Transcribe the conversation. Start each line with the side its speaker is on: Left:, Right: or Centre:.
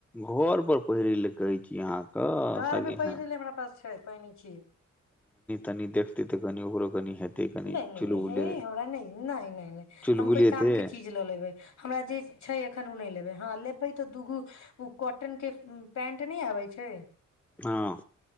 Centre: घरपर पहिरै लेल कहै छी अहाँके
Left: घर
Centre: कनी
Left: पे पहिरै
Centre: ह
Left: ले हमरा पास छै पहिने छी
Centre: तनी देखते तऽ कनि ओकरो कनि हेतै कनि
Left: नहि नहि
Centre: चुलबुले
Left: नहि
Centre: चुलबुले
Left: हम कोइ काम
Centre: ते
Left: के चीज लऽ लेबै हमरा जे छै एखन नहि लेब लेबै तऽ दूगो उ कॉटन के पैंट नहि आबै छै
Centre: हँ